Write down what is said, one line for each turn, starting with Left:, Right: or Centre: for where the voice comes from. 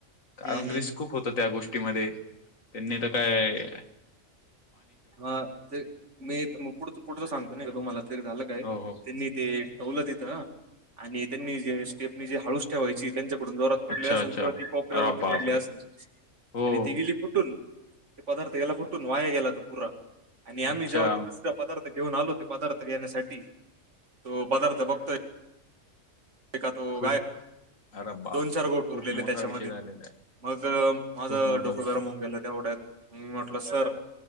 Left: कारण
Right: हम्म हम्
Left: रिस्क खूप होतं त्या गोष्टीमध्ये,, त्यांनी तर कायऽ
Right: हा, ते मी पु पुुढच सांगतो,, नाही का,, तुम्हाला तरी, झालं काय,,
Left: हो हो
Right: तेऽ ते ठेवलं तिथं, ष आणि त्यांनी जे स्टेपनी,, जे हाळूस ठेवायचीऽ त्यांच्याकडून जोरात पडले
Left: अच्छा
Right: असेल
Left: अच्छा
Right: किंवा ती कोपऱ्यावरती
Left: अरे बापरे
Right: पडली असेल
Left: हो
Right: आणि ती गेली फुटून ते पदार्थ याला फुटून वाया गेला हो तो पुूरा आणि आम्ही
Left: अच्छा
Right: जेव्हा त दुसऱ पदार्थ घेऊन आलो ते पदार्थ घेण्यासाठी तो पदार्थ बघतोय ए का तो
Left: खूप
Right: गाय
Left: अरे बाप
Right: दोन चार गोट
Left: खूप
Right: उरलेले
Left: मोठा
Right: त्याच्यामध्ये
Left: विषय झालेला आहे
Right: मग माझं
Left: खूप मोठा
Right: डोकं
Left: विषय
Right: गरामून गेलं तेवढ्यात मी म्हटलं सर